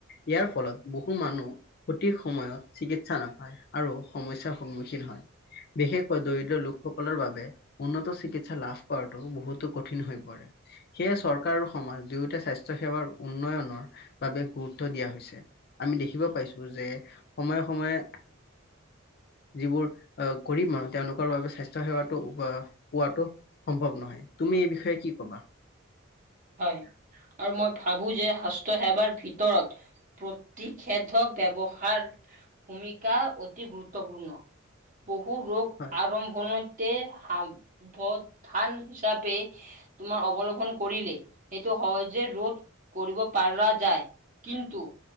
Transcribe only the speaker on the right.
হয় আৰু মই ভাবো যে স্বাস্থ্য সেৱাৰ ভিতৰত, প্ৰতিষেধক ব্যৱহাৰ, ভূমিকা অতি গুৰুত্বপূৰ্ণ, বহু ৰোগ
আৰম্ভণত তে সাৱধান হিচাপে তোমাৰ অৱলম্বন কৰিলে, সেইটো সহজে ৰোধ কৰিব পাৰা যায় কিন্তু,